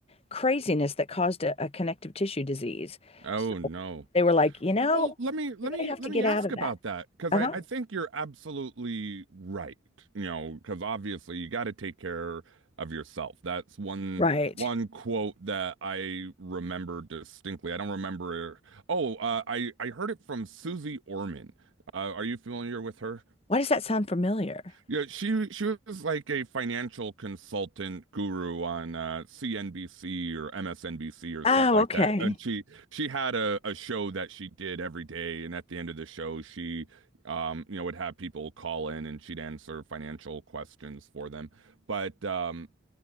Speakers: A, on the left; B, on the right.
A: craziness that caused a, a connective tissue disease.
B: Oh
A: So
B: no.
A: they were like, you know,
B: Well, let me let
A: you're going
B: me
A: to have
B: let
A: to get
B: me ask
A: out of
B: about
A: that.
B: that because
A: Uh-huh.
B: I I think you're absolutely right. You know, because obviously you got to take care of yourself. That's one
A: Right.
B: one quote that I remember distinctly. I don't remember. Oh, uh, I I heard it from Susie Orman. Uh, are you familiar with her?
A: Why does that sound familiar?
B: Yeah, she she was like a financial consultant guru on uh, CNBC or MSNBC or
A: Oh,
B: something like
A: okay.
B: that. And she she had a, a show that she did every day, and at the end of the show, she um you know would have people call in and she'd answer financial questions for them. But um